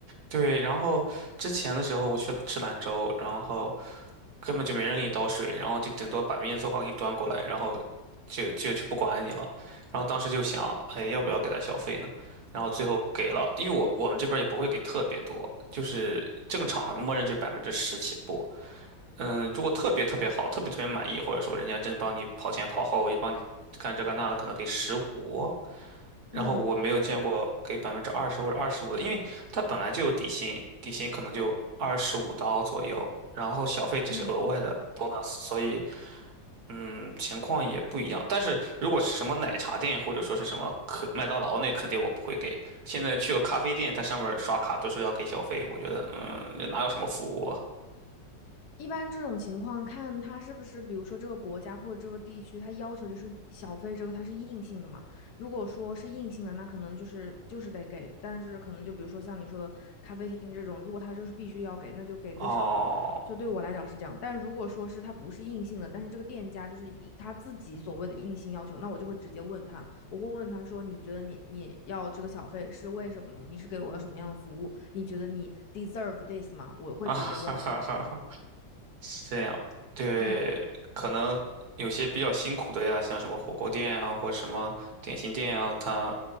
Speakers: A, on the right; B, on the left.
A: 对，然后之前的时候我去吃兰州，然后根本就没人给你倒水，然后就顶多把面做好给你端过来，然后就就就不管你了。然后当时就想，哎，要不要给他小费呢？然后最后给了，因为我我们这边儿也不会给特别多，就是正常默认就是百分之十起步。嗯，如果特别特别好，特别特别满意，或者说人家真帮你跑前跑后，也帮你干这干那的，可能给十五
B: 嗯
A: 然后我没有见过给百分之二十或者二十五的，因为它本来就有底薪，底薪可能就二十五刀左右，然后小费只是额外的
B: 嗯。
A: bonus，所以嗯，情况也不一样。但是如果是什么奶茶店或者说是什么可麦当劳，那肯定我不会给。现在去个咖啡店，它上面刷卡都是要给小费，我觉得嗯，这哪有什么服务啊？
B: 一般这种情况，看它是不是，比如说这个国家或者这个地区，它要求就是小费这个它是硬性的嘛。如果说是硬性的，那可能就是就是得给，但是可能就比如说像你说的咖啡厅这种，如果它就是必须要给，那就给最少的。
A: 哦，
B: 就对我来讲是这样，但如果说是它不是硬性的，但是这个店家就是以他自己所谓的硬性要求，那我就会直接问他，我会问他说，你觉得你你要这个小费是为什么呢？你是给我了什么样的服务？你觉得你 deserve this 吗？我会直接问，
A: <laughs> 哈哈哈
B: 嗯
A: 是这样，对，
B: 嗯。
A: 可能有些比较辛苦的呀，像什么火锅店啊，或者什么点心店啊，他